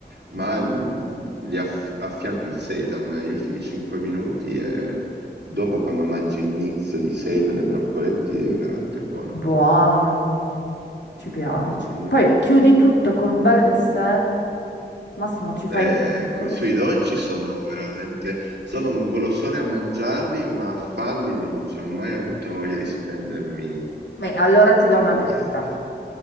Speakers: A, on the right; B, on the left.
A: ma mm, li aff- affianchi il seitan negli ultimi 5 minuti e dopo quando mangi il mix di seitan e broccoletti è veramente buono.
B: Buono, ci
A: Mm,
B: piace. Poi chiudi
A: mm.
B: tutto con un bel dessert. Massimo, ci fai
A: Ecco,
B: un gusto.
A: sui dolci sono veramente sono un golosone a mangiarli, ma a farli non ci ho mai avuto voglia di spendermi
B: Beh, allora ti do una
A: un
B: dritta.
A: niente.